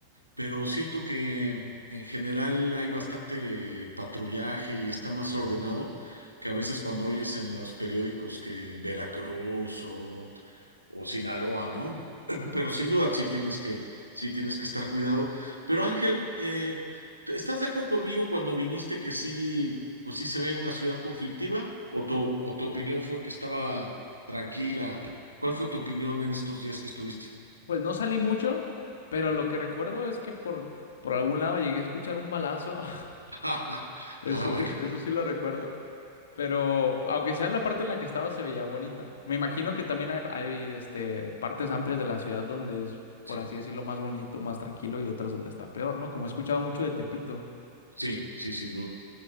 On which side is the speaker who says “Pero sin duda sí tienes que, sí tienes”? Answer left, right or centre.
Right